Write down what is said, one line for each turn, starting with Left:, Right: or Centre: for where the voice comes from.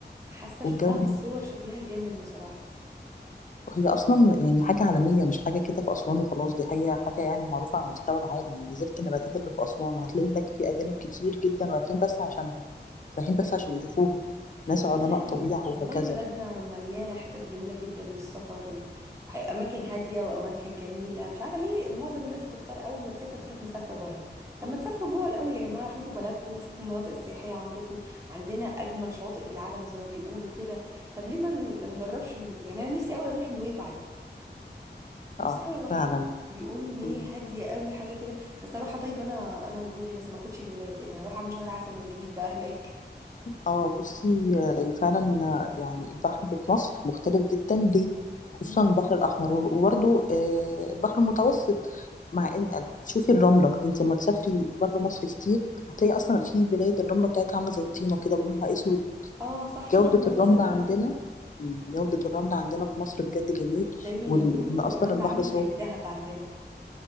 Right: حاسه شفتها
Left: والجو
Right: في
Left: هناك
Right: الصور شكلها جانب بصراحه
Left: هي اصلا يعني حاجه عالميه مش حاجه كده في اسوان وخلاص دي حاجه حاجه يعني معروفه على مستوى العالم جزيره النباتات اللي في اسوان وهتلاقي هناك في اجانب كتير جدا رايحين بس عشان رايحين بس
Right: ايوه
Left: عشان يشوفوها ناس علماء
Right: والله
Left: طبيعه وهكذا
Right: والله بلدنا مليانة حتت جميلة جدا للسفر و... وأماكن هادية وأماكن جميلة مش عارفة ليه معظم الناس بتختار أول ما تسافر تروح مسافرة بره طب ما تسافروا جوه الأول يا جماعة شوفوا بلدكم وشوفوا المناطق السياحية عندكم عندنا أجمل شواطئ في العالم زي ما بيقولوا كده طب ليه ما ن- نجربش ن- يعني أنا نفسي أوي أروح نويبع دي نفسي
Left: اه
Right: أوي أروحها
Left: فعلا
Right: يقولوا ان هي
Left: مم.
Right: هاديه قوي حاجه كده بس اروحها طيب انا انا وجوزي بس ما اخدش الولاد يعني هروح اعمل شهر عسل من جديد بقى هناك
Left: اه بصي آه، فعلا آه، يعني البحر اللي في مصر مختلف جدا ليه خصوصا
Right: مم.
Left: البحر الاحمر وبرده البحر المتوسط مع ان شوفي الرمله انت لما تسافري بره مصر كتير هتلاقي اصلا في بلاد الرمله بتاعتها عامله زي الطينه كده ولونها اسود
Right: اه صح شفت
Left: جودة
Right: الموضوع
Left: الرمل
Right: ده فعلا
Left: عندنا مم. جودة الرمل عندنا في مصر بجد جميل
Right: دايما
Left: وال-
Right: يقولوا
Left: وإن أصلا
Right: الرمل
Left: البحر
Right: عامل
Left: صافي
Right: زي الذهب عندنا